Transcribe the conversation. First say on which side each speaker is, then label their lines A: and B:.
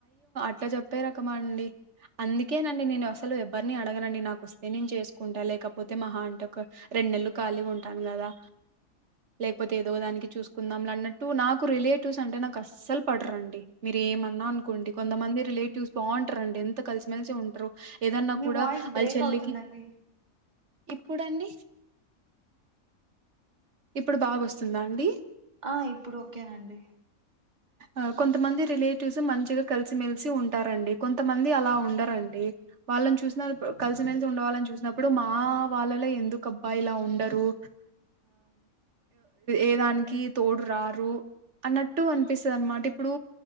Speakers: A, on the right; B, on the right.
A: ఇట్లా చెప్పే రకమా అండి అందుకేనండి నేను అసలు ఎవరిని అడగనండి నాకు వస్త నేను చేసుకుంటాలేకపోతే మహా అంటే ఒక రెండు నెలలు కలిగ ఉంటాను కదా లేకపోతే ఏదో దానికి చూసుకుందాంలే అన్నట్టు నాకు రిలేటివ్స్ అంటే నాకు అస్సలు పడరండి మీరు ఏమన్నా అనుకోండి కొంతమంది రిలేటివ్స్ బాగుంటారండి ఎంత కలిసిమెలిసి ఉంటారు. ఏదన్నా
B: మీ
A: కూడా
B: వాయిస్
A: వాళ్ళ
B: బ్రేక్
A: చెల్లికి
B: అవుతుందండి
A: ఇప్పుడుండి ఇప్పుడు బాగోస్తుందా అండి.
B: ఆ ఇప్పుడు ఓకేనండి
A: ఆ కొంతమంది రిలేటివ్స్ మంచిగా కలిసిమేలిసి ఉంటారం. డి కొంతమంది అలా ఉండరండి. వాళ్ళని చూసిన కలిసిమేలిసి ఉండావలని చూసినప్పుడు మా వాళ్ళలో ఎందుకు అబ్బాయిలా ఉండరు ఏదానికి తోడు రారు అన్నట్టు అనిపిస్తుంది అనమాట ఇప్పుడు